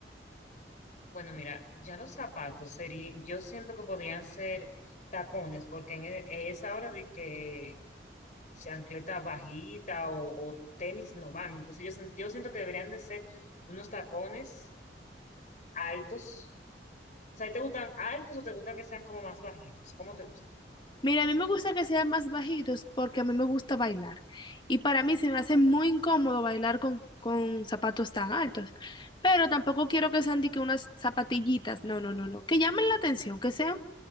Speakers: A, on the left; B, on the left.
A: Bueno, mira, ya los zapatos sería, yo siento que podrían ser tacones, porque en e- esa hora de que chancleta bajita o, o tenis no van. Entonces yo, sen- yo siento que deberían de ser unos tacones altos. O sea, ¿te gustan altos o te gustan que sean como más bajitos? ¿Cómo te gustan?
B: Mira, a mí me gusta que sean más bajitos porque a mí me gusta bailar. Y para mí se me hace muy incómodo bailar con, con zapatos tan altos. Pero tampoco quiero que sean de que unas zapatillitas. No, no, no, no. Que llamen la atención, que sean.